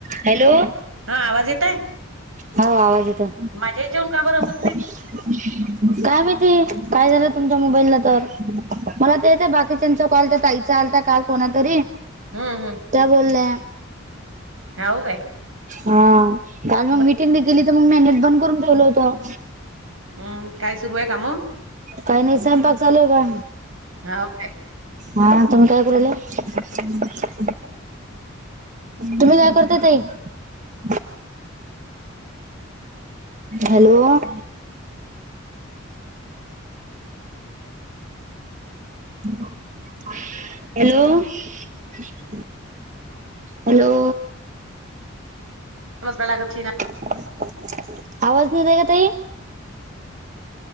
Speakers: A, on the right; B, on the right.
A: Hello!
B: हा आवाज येत आहे
A: हो आवाज येतोय
B: माझ्या ह्याच्यावून का बरं ह
A: काय माहीती काय झालं, तुमच्या मोबाईला तर? मला तर येतं, बाकीच्यांचा कॉल त्या ताईचा आलता काल कोणा तरी
B: हम्म हम्म
A: त्या बोल्या
B: हाव काय
A: हा काल मग
B: ब-
A: मिटिंग गेली तर मग म्या नेट बंद करून ठेवलं होतं
B: हम्म काय सुरू आहे काम
A: कायी नायी स्वयंपाक चालूय बा
B: हाव काय
A: हा तुम्ही काय करू राहील्या? <inaudible> <inaudible> तुम्ही काय करता ताई? <inaudible> हॅलो! <inaudible> <inaudible> हॅलो! <unintelligible> हॅलो!
B: <inaudible> <unintelligible>
A: <inaudible> आवाज नाही येतय का ताई?